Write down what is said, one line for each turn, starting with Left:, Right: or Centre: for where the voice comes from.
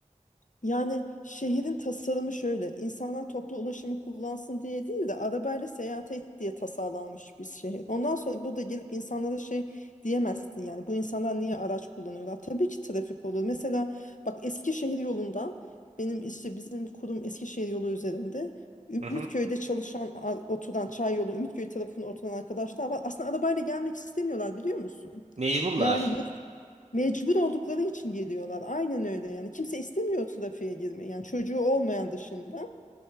Left: Yani şehrin tasarımı şöyle. insanlar toplu ulaşımı kullansın diye değil de arabayla seyahat et diye tasarlanmış bir şehir. Ondan sonra burada gelip insanlara şey diyemezsin yani. Bu insanlar niye araç kullanıyorlar? Tabii ki trafik olur. Mesela bak Eskişehir yolundan benim işte bizim kurum Eskişehir yolu üzerinde
Right: Hı hı.
Left: Ümitköy'de çalışan a- oturan çay yolu Ümitköy tarafında oturan arkadaşlar var. Aslında arabayla gelmek istemiyorlar biliyor musun?
Right: Mecburlar.
Left: Yani Mecbur oldukları için geliyorlar. Aynen öyle yani. Kimse istemiyor trafiğe girmeyi. Yani çocuğu olmayan dışında.